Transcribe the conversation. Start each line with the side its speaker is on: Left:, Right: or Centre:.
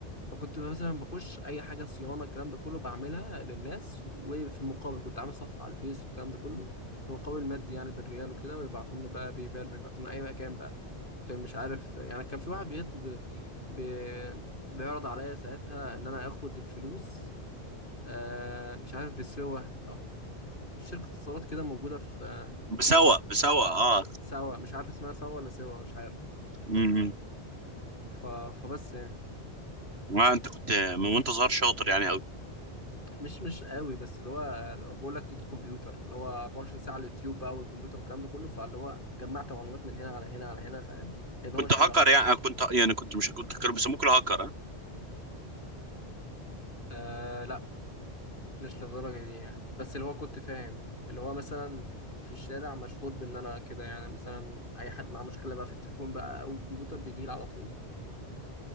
Left: فكنت مثلا بخش اي حاجه صيانه الكلام ده كله بعملها للناس وفي المقابل كنت عامل صفحه على الفيس والكلام ده كله في مقابل مادي يعني بالريال وكده ويبعتهم لي بقى بيبال بيبعتهم لي اي مكان بقى كان مش عارف يعني كان في واحد بيطلب بي- بيعرض عليا ساعتها ان انا اخد الفلوس آه مش عارف بسوا او شركه اتصالات كده موجوده في آه،
Right: بسوا بسوا اه
Left: س- سوا مش عارف اسمها سوا ولا سوا مش عارف
Right: امم
Left: ف... فبس يعني
Right: ما انت كنت من وانت صغير شاطر يعني قوي
Left: مش مش قوي بس اللي هو لو بقول لك دوت كمبيوتر اللي هو 24 ساعة على اليوتيوب بقى والكمبيوتر والكلام ده كله فاللي هو جمعت معلومات من هنا على هنا على هنا فاهم لأن هو
Right: كنت
Left: شغف
Right: هاكر
Left: أصلا
Right: يعني آه، كنت يعني كنت مش كنت كانوا بيسموك الهاكر اه
Left: آه لا مش للدرجة دي يعني بس اللي هو كنت فاهم اللي هو مثلا في الشارع مشهور بإن أنا كده يعني مثلا أي حد معاه مشكلة بقى في التليفون بقى أو الكمبيوتر بيجي لي على طول